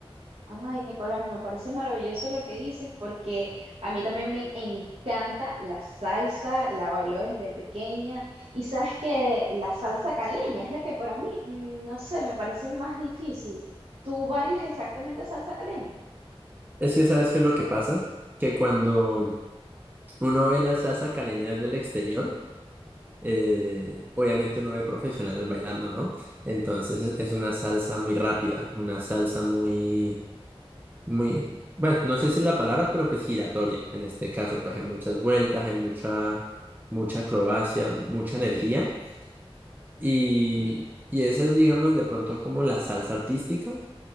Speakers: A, on the right; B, on the right.
A: Ay, Nicolás, me parece maravilloso lo que dices porque a mí también me encanta la salsa, la bailo desde pequeña y sabes que la salsa caleña es la que para mí, mm, no sé, me parece más difícil. ¿Tú bailas exactamente salsa caleña?
B: Es que ¿sabes qué es lo que pasa? Que cuando uno ve la salsa caleña desde el exterior, eh,
A: Ujú.
B: obviamente uno ve profesionales bailando, ¿no? Entonces es es una salsa muy rápida, una salsa muy, muy, bueno, no sé si la palabra, pero pues giratoria. En este caso, pues hay muchas vueltas, hay mucha, mucha acrobacia, mucha energía. Y, y esa es, digamos, de pronto como la salsa artística.